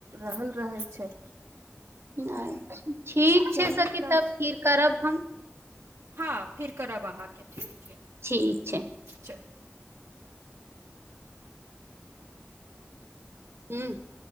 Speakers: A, on the right (about 85°); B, on the right (about 60°).
A: रहल रहै छै
B: नहि ठीक छैय
A: चलू
B: सखी
A: तऽ
B: तब फिर करब हम
A: हँ फिर करब अहाँके ठीक छैय
B: ठीक छै
A: चलू
B: <unintelligible>